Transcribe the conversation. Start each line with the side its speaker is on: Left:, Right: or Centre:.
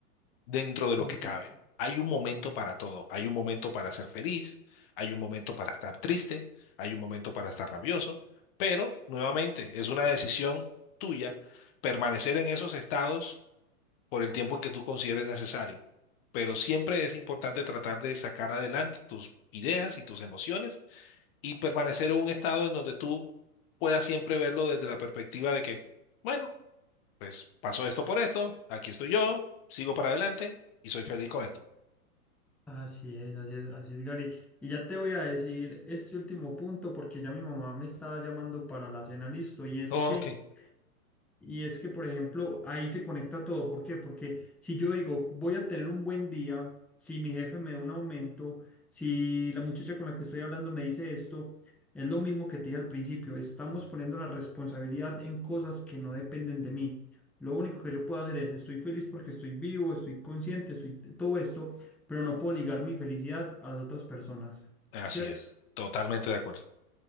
Left: dentro de lo
Centre: así
Left: que cabe. Hay un momento para todo, hay un momento para ser feliz, hay un momento para estar triste, hay un momento para estar rabioso, pero nuevamente es una decisión tuya permanecer en esos estados por el tiempo en que tú consideres necesario. Pero siempre es importante tratar de sacar adelante tus ideas y tus emociones y permanecer en un estado en donde tú puedas siempre verlo desde la perspectiva de que, bueno, pues pasó esto por esto, aquí estoy yo, sigo para adelante y soy feliz con esto.
Centre: Así es, así es, así es, Gary. Y ya te voy a decir este último punto porque ya mi mamá me estaba llamando para la cena, listo. Y es
Left: ok,
Centre: que y es que, por ejemplo, ahí se conecta todo. ¿Por qué? Porque si yo digo, voy a tener un buen día, si mi jefe me da un aumento, si la muchacha con la que estoy hablando me dice esto, es lo mismo que te dije al principio. Estamos poniendo la responsabilidad en cosas que no dependen de mí. Lo único que yo puedo hacer es, estoy feliz porque estoy vivo, estoy consciente, estoy todo esto, pero no puedo ligar mi felicidad a las otras personas,
Left: así
Centre: ¿cierto?
Left: es, totalmente de acuerdo.